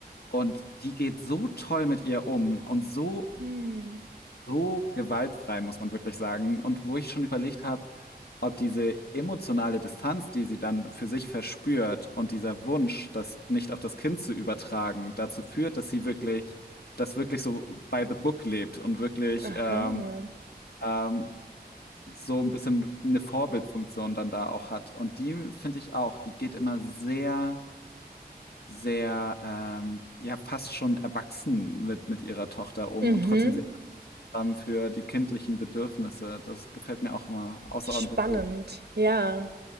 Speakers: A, on the left (about 70°); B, on the right (about 75°).
A: Und die geht so toll mit ihr um und so
B: Hm.
A: so gewaltfrei, muss man wirklich sagen. Und wo ich schon überlegt habe, ob diese emotionale Distanz, die sie dann für sich verspürt und dieser Wunsch, das nicht auf das Kind zu übertragen, dazu führt, dass sie wirklich, das wirklich so by the book lebt und wirklich
B: Aha.
A: ähm, ähm, so ein bisschen eine Vorbildfunktion dann da auch hat. Und die finde ich auch, die geht immer sehr sehr ähm, ja fast schon erwachsen mit mit ihrer Tochter um
B: Mhm.
A: und trotzdem sehr haben für die kindlichen Bedürfnisse. Das gefällt mir auch immer außerordentlich
B: Spannend.
A: gut.
B: Ja.